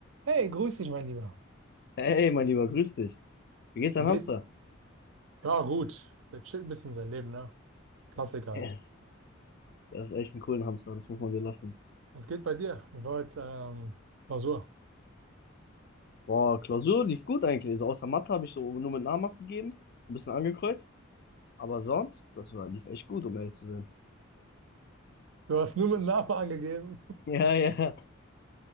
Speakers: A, on the right (about 75°); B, on the left (about 50°).
A: Hey, grüß dich, mein Lieber.
B: Hey, mein Lieber, grüß dich. Wie geht's
A: Wie
B: dein
A: geht?
B: Hamster?
A: Ja, gut. Der chillt ein bisschen sein Leben, ne? Klassiker halt.
B: Yes. Das ist echt ein cooler Hamster, das muss man dir lassen.
A: Was geht bei dir? Wie war heute ähm, Klausur?
B: Boah, Klausur lief gut eigentlich. Also außer Mathe habe ich so nur mit Namen abgegeben, ein bisschen angekreuzt. Aber sonst, das war, lief echt gut, um ehrlich zu sein.
A: Du hast nur mit Namen angegeben.
B: <laughs> Ja, ja.